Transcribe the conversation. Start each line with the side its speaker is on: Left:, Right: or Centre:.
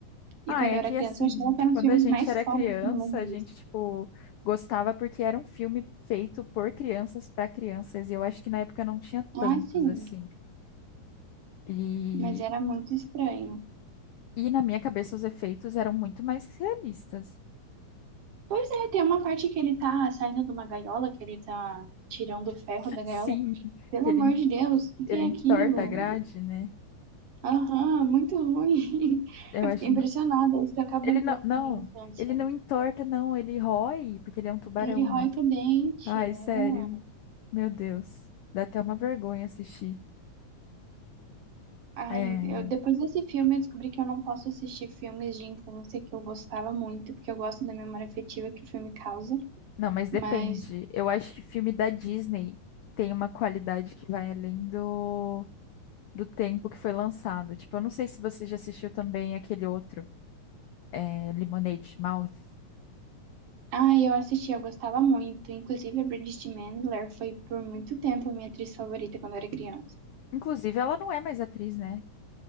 Right: E
Left: Ah,
Right: quando
Left: é
Right: eu
Left: que
Right: era criança,
Left: assim,
Right: eu achava que eram os
Left: quando
Right: filmes
Left: a gente
Right: mais
Left: era
Right: fodas
Left: criança,
Right: do mundo,
Left: a gente, tipo, gostava porque era um filme feito por crianças para crianças, e eu acho que na época não tinha
Right: Ah,
Left: tantos,
Right: sim,
Left: assim. E,
Right: mas era muito estranho.
Left: e na minha cabeça os efeitos eram muito mais realistas.
Right: Pois é, tem uma parte que ele tá saindo de uma gaiola, que ele tá tirando o ferro
Left: <laughs>
Right: da
Left: Sim,
Right: gaiola. Pelo
Left: que ele,
Right: amor de Deus, o que
Left: ele
Right: que é
Left: entorta
Right: aquilo?
Left: a grade, né?
Right: Aham, muito ruim. <laughs>
Left: Eu
Right: Eu
Left: acho.
Right: fiquei impressionada, isso acaba
Left: Ele
Right: um
Left: não,
Right: pouco
Left: não,
Right: com a minha infância.
Left: ele não entorta, não, ele rói, porque ele é um tubarão,
Right: Ele rói
Left: né?
Right: com o dente.
Left: Ai, sério,
Right: ah.
Left: meu Deus, dá até uma vergonha assistir.
Right: Ai,
Left: É.
Right: eu, depois desse filme eu descobri que eu não posso assistir filmes de infância que eu gostava muito, porque eu gosto da memória afetiva que o filme causa,
Left: Não, mas
Right: mas
Left: depende. Eu acho que filme da Disney tem uma qualidade que vai além do, do tempo que foi lançado. Tipo, eu não sei se você já assistiu também aquele outro, é, Lemonade Mouth.
Right: Ah, eu assisti, eu gostava muito. Inclusive, a Bridget Mendler foi por muito tempo minha atriz favorita quando eu era criança.
Left: Inclusive, ela não é mais atriz, né?